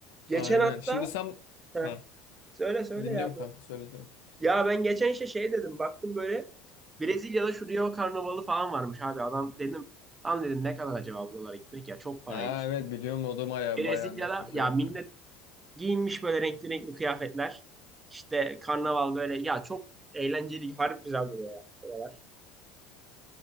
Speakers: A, on the right; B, on the left.
A: Geçen
B: Aynen.
A: hatta
B: Şimdi sen
A: heh,
B: ha
A: söyle söyle
B: dinliyorum
A: ya
B: kanka
A: böyle.
B: söyleyeceğim.
A: Ya ben geçen işte şey dedim baktım böyle Brezilya'da şu Rio Karnavalı falan varmış abi adam dedim. Lan dedim ne kadar acaba buralara gitmek ya çok paraymış
B: Ha evet
A: ya.
B: biliyorum o da baya
A: Brezilya'da
B: baya meşhur
A: ya
B: Rio
A: millet giyinmiş böyle renkli renkli kıyafetler. İşte karnaval böyle ya çok eğlenceli harbi güzel duruyor ya. Buralar.